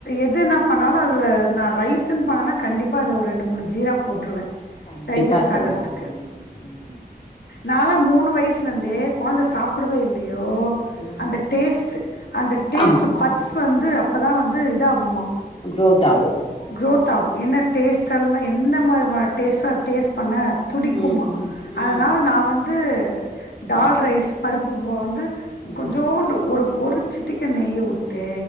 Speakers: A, on the left; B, on the left.
A: எது நா பண்ணாலு அதுல நா ரைஸுன்னு பண்ணேன்னா கண்டிப்பா அதுல ஒரு ரெண்டு மூணு ஜீரா போட்டுருவே
B: கண்டிப்பா
A: டைஜஸ்ட்
B: இருக்கணு
A: ஆகுறதுக்கு
B: ம் ம்
A: நாலா மூணு வயசுலர்ந்தே கொழந்தை
B: ம்
A: சாப்புடுதோ இல்லயோ
B: ம்
A: அந்த டேஸ்ட் அந்த டேஸ்ட்
B: ஆமா
A: பட்ஸ் வந்து அப்பதா வந்து இதாகுமா
B: குரோத் ஆகு
A: க்ரோத் ஆகு என்ன டேஸ்ட்டல்லா என் என்ன மாரி வா டேஸ்ட்டோ டேஸ்ட் பண்ண துடிக்குமா
B: ம் ம் ம்
A: அதுனால நா வந்து டால்
B: ம்
A: ரைஸ் பருப்பு பூவா வந்து
B: ம்
A: கொஞ்சோண்டு ஒரு ஒரு சிட்டிக நெய்ய உட் உட்டு